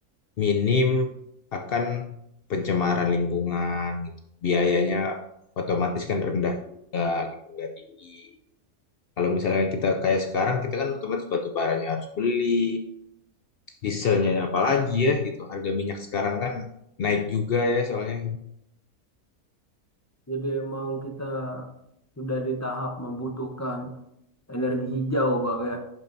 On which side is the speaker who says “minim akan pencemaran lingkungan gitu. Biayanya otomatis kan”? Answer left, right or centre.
Left